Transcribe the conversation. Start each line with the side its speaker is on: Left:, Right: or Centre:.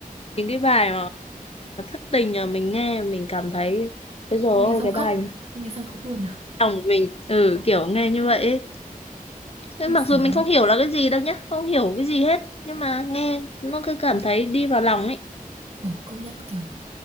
Left: những cái bài mà thất tình mà mình nghe mình cảm thấy bây giờ
Right: nghe
Left: ôi
Right: xong
Left: cái
Right: khóc
Left: bài
Right: nghe xong khóc luôn à
Left: lòng mình ừ kiểu nghe như vậy ấy. Thế
Right: thế
Left: mặc
Right: sợ
Left: dù mình không hiểu là cái gì đâu nhá không hiểu cái gì hết nhưng mà nghe nó cứ cảm thấy đi vào lòng ấy
Right: ờ công nhận kiểu